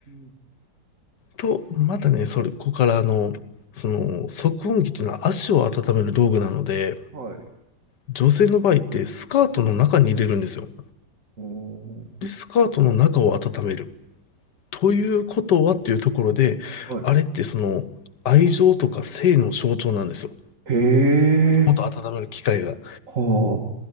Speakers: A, on the right (about 50°); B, on the left (about 90°).
A: ん。
B: と、またね、それ、ここからあの、その、足温器というのは足を温める道具なので、
A: はい。
B: 女性の場合ってスカートの中に入れるんですよ。
A: うーん。
B: で、スカートの中を温める。ということはっていうところで、
A: はい。
B: あれってその、愛情とか性の象徴なんですよ。
A: へえ。
B: もっと温める機会が。
A: は